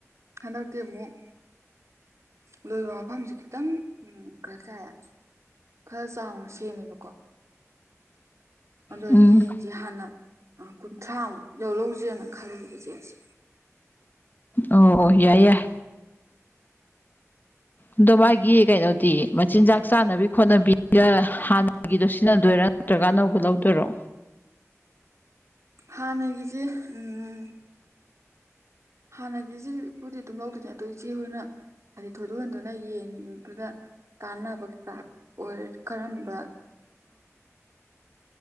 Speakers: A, on the right (about 65°); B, on the left (about 35°).
A: ꯍꯟꯗꯛꯇꯤ ꯑꯃꯨꯛ ꯂꯣꯏꯕ ꯃꯐꯝꯖꯦ ꯈꯤꯇꯪ ꯎꯝ ꯈ ꯆꯥꯏꯌꯦ ꯈꯔ ꯆꯥꯎꯅ ꯁꯦꯝꯃꯦꯕꯀꯣ ꯑꯗꯨꯗꯗꯤ
B: ꯎꯝ
A: ꯌꯦꯟꯖꯦ ꯍꯥꯟꯅ ꯑꯥ ꯀꯨꯟꯊ꯭ꯔꯥꯃꯨꯛ ꯂꯧ ꯂꯧꯖꯤꯔꯥꯅ ꯈꯜꯂꯤꯌꯦꯕ ꯆꯦꯠꯁꯦ
B: ꯑꯣ ꯑꯣ ꯌꯥꯏ ꯌꯥꯢ ꯑꯗꯣ ꯃꯥꯒꯤ ꯀꯩꯅꯣꯗꯤ ꯃꯆꯤꯟꯖꯥꯛ ꯆꯥꯅꯕꯤ ꯈꯣꯠꯅꯕꯤꯒ ꯍꯥꯟꯅꯒꯤꯗꯣ ꯁꯤꯖꯤꯟꯅꯗꯣꯏꯔꯥ ꯅꯠꯇ꯭ꯔꯒ ꯑꯅꯧꯕ ꯂꯧꯗꯣꯏꯔꯣ
A: ꯍꯥꯟꯅꯒꯤꯖꯦ ꯎꯝ ꯍꯥꯟꯅꯒꯤꯖꯤꯕꯨꯗꯤ ꯗꯨꯝ ꯂꯧꯗꯨꯅꯦ ꯑꯗꯨ ꯏꯆꯦ ꯍꯣꯏꯅ ꯍꯥꯏꯗꯤ ꯊꯣꯏꯗꯣꯛ ꯍꯦꯟꯗꯣꯛꯅ ꯌꯦꯟꯗꯨꯗ ꯀꯥꯟꯅꯕ ꯀꯩꯀꯥ ꯑꯣꯏꯔꯗꯤ ꯀꯔꯝꯕ